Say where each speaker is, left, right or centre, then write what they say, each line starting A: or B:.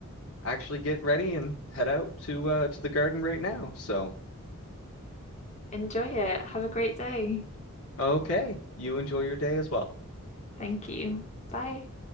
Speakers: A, on the left; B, on the left.
A: actually get ready and head out to uh to the garden right now. So,
B: Enjoy it. Have a great day.
A: okay, you enjoy your day as well.
B: Thank you. Bye.